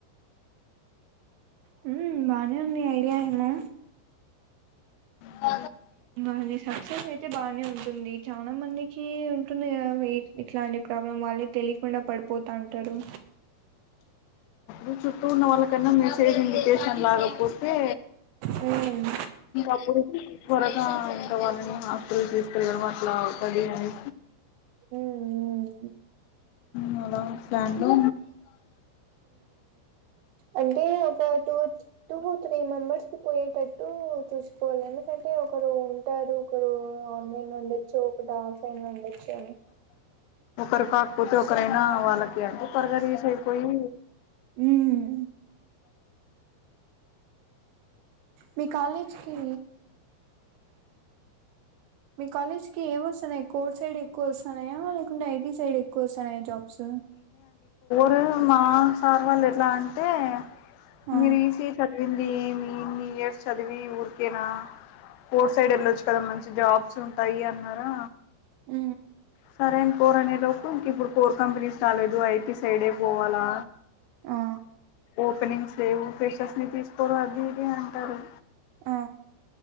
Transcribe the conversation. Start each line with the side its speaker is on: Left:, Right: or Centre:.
Right: హ బానే ఉంది ఐడియా ఏమో
Left: అ
Right: కాది సక్సెస్ అయితే బాగానే ఉంటుంది చాలా మంది ఉంటుంది కదా ఇట్లాంటి ప్రాబ్లం వాళ్ళే తెలియకుండా పడిపోతా ఉంటారు
Left: ఇ చుట్టూ ఉన్న వాళ్ళకన్నా మెసేజ్ ఇండికేషన్ లాగపో తే
Right: మ్మ్
Left: అపుడు పొరా ఎ వాళ్ళని హాస్పిల్ తీసుకెళ్ళడం లావుత బినీ
Right: మ్మ్ మ్మ్
Left: మలా ప్యాడులో
Right: అంటే ఒక టూ టూ త్రీ మెంబర్స్ పోయేటట్టు చూసుకోవాలి ఎందుకంటే ఒకరు ఉంటారు ఒకరు ఆన్లైన్ లో ఉండచ్చు ఒకటి ఆఫ్లైన్ లో ఉండొచ్చు అని
Left: క్కరు కాకపోతే ఒకరైనా వాళ్ళకి అంటే త్వరగా తీసయిపోయి
Right: మ్మ్ మీ కాలేజ్కిి మీ కాలేజ్ కి ఏం వస్తున్నాయి కోర్స్ఐడి ఎక్కువ వస్తున్నాయా లేకుంటే ఐటీ సైడ్ ఎక్కువ వస్తున్నాయా జాబ్స్
Left: రు మా సార్ వాళ్ళు ఎలా అంటే
Right: ఆ
Left: మీరు ఈసీ చదివింది వన్ ఇయర్ చదివి ఊరికేనా పోట్ సైడ్ వెళ్ళొచ్చు కదా మంచి జాబ్స్ ఉంటాయి అన్నారా
Right: ఉ
Left: సరే అం కోరు అనే లో ఇంక ఇప్పుడు కోర్ కంపెనీస్ రాలేదు ఐటీ సైడే పోవాలా
Right: ఆ
Left: ఓపెనింగ్స్ ఎం ఫ స్ని తీసుకోరు అది ఇది అంటారు
Right: ఆ